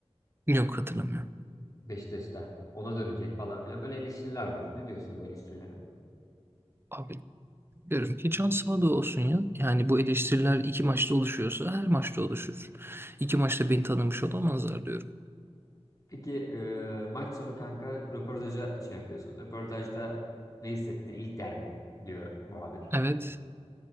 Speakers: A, on the right; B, on the left.
A: Yok hatırlamıyorum.
B: Beşiktaş'ta. Ona dönecek falan filan. Böyle eleştiriler var. Ne diyorsun bu eleştirilere?
A: Abi diyorum ki can sağda olsun ya. Yani bu eleştiriler iki maçta oluşuyorsa her maçta oluşur. İki maçta beni tanımış olamazlar diyorum.
B: Peki e, maç sonu kanka röportaja şey yapıyorsun. Röportajda ne hissettin ilk derbin diyor muhabir.
A: Evet.